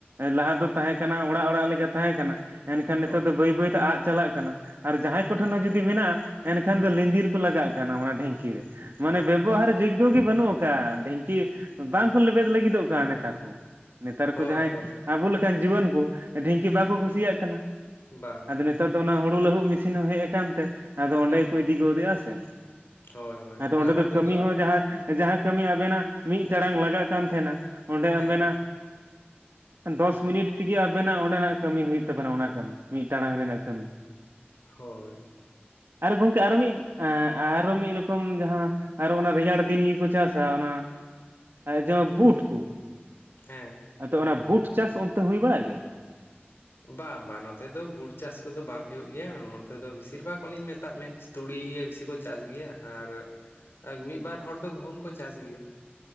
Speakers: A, on the right; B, on the left.
A: ᱞᱟᱦᱟ ᱫᱚ ᱛᱟᱦᱮᱸ ᱠᱟᱱᱟ ᱚᱲᱟᱜ ᱚᱲᱟᱜ ᱞᱮᱠᱟ ᱛᱟᱦᱮᱸ ᱠᱟᱱᱟ ᱮᱱᱠᱷᱟᱱ
B: ᱦᱳᱭ
A: ᱱᱤᱛᱚᱜ ᱫᱚ ᱵᱟᱹᱭ ᱵᱟᱹᱭ ᱛᱮ ᱟᱫ ᱪᱟᱞᱟᱜ ᱠᱟᱱᱟ ᱟᱨ ᱡᱟᱦᱟᱸᱭ ᱠᱚᱴᱷᱮᱱ ᱦᱚᱸ ᱡᱩᱫᱤ ᱢᱮᱱᱟᱜᱼᱟ ᱮᱱᱠᱷᱟᱱ
B: ᱦᱩᱸ
A: ᱫᱚ ᱞᱤᱸᱫᱤᱨ ᱠᱚ ᱞᱟᱜᱟᱜ ᱠᱟᱱᱟ ᱚᱱᱟ ᱰᱷᱤᱝᱠᱤ ᱨᱮ ᱾ ᱢᱟᱱᱮ ᱵᱮᱵᱚᱦᱟᱨ
B: ᱦᱳᱭ
A: ᱡᱳᱜᱜᱳ ᱜᱮ ᱵᱟᱹᱱᱩᱜ ᱟᱠᱟᱜᱼᱟ ᱰᱷᱤᱝᱠᱤ ᱵᱟᱝ ᱠᱚ ᱞᱮᱵᱮᱫ ᱞᱟᱹᱜᱤᱫᱚᱜ ᱠᱟᱱ ᱱᱮᱛᱟᱨ ᱠᱚ ᱾ ᱱᱮᱛᱟᱨ
B: ᱦᱳᱭ
A: ᱠᱚ ᱡᱟᱦᱟᱸᱭ
B: ᱦᱳᱭ ᱦᱳᱭ
A: ᱟᱵᱚ ᱞᱮᱠᱟᱱ ᱡᱤᱭᱟᱹᱱ ᱠᱚ ᱰᱷᱤᱝᱠᱤ
B: ᱦᱮᱸ
A: ᱵᱟᱠᱚ ᱠᱩᱥᱤᱭᱟᱜ ᱠᱟᱱᱟ ᱾
B: ᱵᱟᱝ
A: ᱟᱫᱚ ᱱᱮᱛ ᱱᱮᱛᱟᱨ ᱫᱚ ᱚᱱᱟ ᱦᱩᱲᱩ ᱞᱟᱹᱦᱩᱜ ᱢᱤᱥᱤᱱ ᱦᱚᱸ ᱦᱮᱡ ᱟᱠᱟᱱ ᱛᱮ ᱟᱫᱚ ᱚᱸᱰᱮ
B: ᱦᱮᱸ
A: ᱜᱮ ᱠᱚ ᱤᱫᱤ ᱜᱚᱫᱮᱜᱼᱟ ᱥᱮ ᱾
B: ᱦᱳᱭ ᱦᱳᱭ
A: ᱟᱫᱚ
B: ᱞᱟᱦᱟ
A: ᱚᱸᱰᱮ ᱫᱚ
B: ᱛᱮᱫᱚ
A: ᱠᱟᱹᱢᱤ ᱦᱚᱸ ᱡᱟᱦᱟᱸ ᱡᱟᱦᱟᱸ ᱠᱟᱹᱢᱤ ᱟᱵᱮᱱᱟᱜ ᱢᱤᱫ ᱴᱟᱲᱟᱝ ᱞᱟᱜᱟᱜ ᱠᱟᱱ ᱛᱟᱦᱮᱸᱱᱟ ᱚᱸᱰᱮ
B: ᱦᱮᱸ
A: ᱟᱵᱮᱱᱟᱜ ᱫᱚᱥ ᱢᱤᱱᱤᱴ ᱛᱤᱜᱤ ᱟᱵᱮᱱᱟᱜ ᱚᱸᱰᱮᱱᱟᱜ ᱠᱟᱹᱢᱤ ᱦᱩᱭᱩᱜ ᱛᱟᱵᱮᱱᱟ ᱚᱱᱟ ᱠᱟᱹᱢᱤ ᱢᱤᱫ ᱴᱟᱲᱟᱝ ᱨᱮᱱᱟᱜ ᱠᱟᱹᱢᱤ ᱾
B: ᱦᱳᱭ ᱾
A: ᱟᱨ ᱜᱚᱝᱠᱮ ᱟᱨᱚ ᱢᱤᱫ ᱟᱨᱚ ᱢᱤᱫ ᱨᱚᱠᱚᱢ ᱡᱟᱦᱟᱸ ᱟᱨ ᱚᱱᱟ ᱨᱮᱭᱟᱲ ᱫᱤᱱ ᱜᱤᱠᱚ ᱪᱟᱥᱟ ᱚᱱᱟ ᱟᱭ ᱡᱮᱢᱚᱱ ᱵᱩᱴ ᱠᱩ ᱾
B: ᱦᱮᱸ᱾
A: ᱟᱫᱚ ᱚᱱᱟ ᱵᱩᱴ ᱪᱟᱥ ᱚᱱᱛᱮ ᱦᱩᱭ ᱵᱟᱲᱟᱜ ᱜᱮᱭᱟ?
B: ᱵᱟᱝ ᱵᱟᱝ ᱱᱚᱛᱮ ᱫᱚ ᱵᱩᱲ ᱪᱟᱥ ᱠᱚᱫᱚ ᱵᱟᱝ ᱦᱩᱭᱩᱜ ᱜᱮᱭᱟ ᱱᱚᱱᱛᱮ ᱫᱚ ᱵᱤᱥᱤᱨ ᱵᱷᱟᱜ ᱚᱱᱮᱧ ᱢᱮᱛᱟᱜ ᱢᱮᱪ ᱛᱩᱲᱤ ᱜᱮ ᱵᱤᱥᱤ ᱠᱚ ᱪᱟᱥ ᱜᱮᱭᱟ ᱟᱨ ᱢᱤᱫ ᱵᱟᱨ ᱦᱚᱲ ᱫᱚ ᱜᱩᱦᱩᱢ ᱠᱚ ᱪᱟᱥ ᱜᱮᱭᱟ᱾